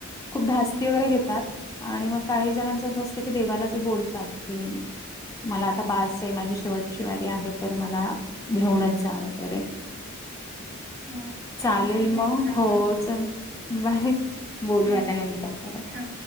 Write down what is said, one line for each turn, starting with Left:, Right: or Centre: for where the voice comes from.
Left: खूप धास्ती वगैरे घेतात. आणि मग काही जणांच असं असतं की देवाला ते बोलतात. की.. मला आता बास आहे. माझी शेवटीची वारी आहे. तर मला घेऊनच जा वगैरे
Right: हो टाइम
Left: चालेल.
Right: संपलाय
Left: मग
Right: तसा आपला
Left: हो चल बाय बोलू
Right: बाय
Left: आता नंतर परत..
Right: हा